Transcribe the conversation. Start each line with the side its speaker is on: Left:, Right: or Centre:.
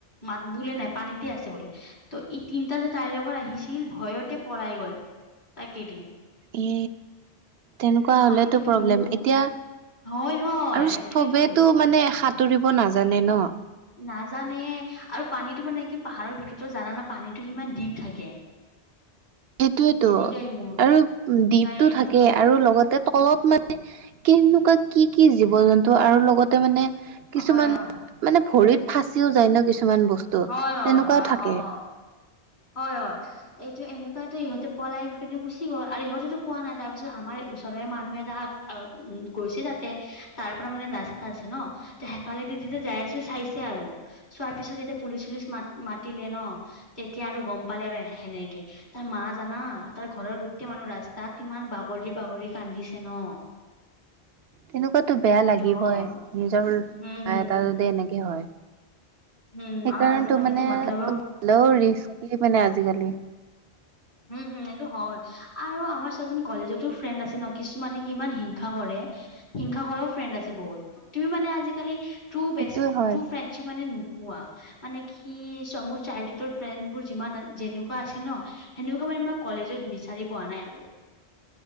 Left: মাত বোলে নাই, পানীতে আছে বোলে ত', ই তিনটা যে তাৰ লগত আহিছিল, ভয়তে পলাই গ'ল, তাক এৰি।
Right: এ তেনেকুৱা হ'লেটো
Left: পানীটোতো
Right: প্ৰব্লেম,
Left: বহুত
Right: এতিয়া
Left: হয় হয়
Right: আৰু
Left: এইটোৱেতো
Right: চবেটো মানে সাত তৰিব নাজানে ন'?
Left: নাজানে, আৰু পানীটো মানে কি, পাহাৰৰ ভিতৰতটো জানা ন', পানীটো কিমান ডীপ থাকে।
Right: সেইটোৱেটো
Left: সেনেকাই মোৰ
Right: আৰু দ্বীপটো
Left: তাই
Right: থাকেই আৰু লগত তাৰ তলত মানে, কেনেকুৱা কি কি জীৱ জন্তু, আৰু লগতে মানে
Left: হয়
Right: কিছুমান
Left: হয়
Right: মানে ভৰিত ফচিও যায় ন', কিছুমান বস্তু
Left: হয়
Right: তেনেকুৱাও
Left: হয় হয়
Right: থাকে।
Left: অ অ হয় হয়। এইটো এনেকুৱা এটা ইহঁতে পেলাই পিনে গুচি গ'ল, আৰু ইহঁতেটো কোৱা নাই, তাৰ পিছত আমাৰ ওচৰৰে মানুহে এটা অ', গৈছে তাতে, তাৰ পৰা মানে ৰাস্তা আছে ন'। ত', সেইফালে দি যি যাই আছে, চাইছে আৰু। চোৱাৰ পিছত যেতিয়া পুলিচ চুলিচ মা-মাতিলে নহ, তেতিয়া আৰু গম পালে আৰু সেনেকে। তাৰ মা জানা, তাৰ ঘৰৰ গোটেই মানুহ ৰাস্তাত ইমান বাগৰি বাগৰি কান্দিছে নহ।
Right: তেনেকুৱাতো বেয়া
Left: সেইটো
Right: লাগিবই,
Left: হয়
Right: নিজৰ <unintelligible>
Left: উম হম
Right: এটা যদি এনেকে হয়।
Left: উম
Right: সেইকাৰণেতো
Left: আৰু আজিকালিতো
Right: মানে,
Left: মতলবৰ
Right: গলেও ৰিস্কি মানে আজিকালি।
Left: উম, হম, এইটো হয়। আৰু আমাৰ চোৱাচোন কলেজতো ফ্ৰেণ্ড আছে নহ, কিছুমানে কিমান হিংসা কৰে হিংসা কৰাও ফ্ৰেণ্ড আছে বহুত, তুমি মানে আজিকালি ট্ৰু
Right: সেইটোয়ে
Left: বেষ্ট
Right: হয়
Left: মানে কোৱা, মানে কি চ মোৰ চাইল্ডহুডৰ ফ্ৰেণ্ড বোৰ যিমান যেনেকুৱা আছিল নহ সেনেকুৱা মানে মই কলেজত বিচাৰি পোৱা নাই আৰু।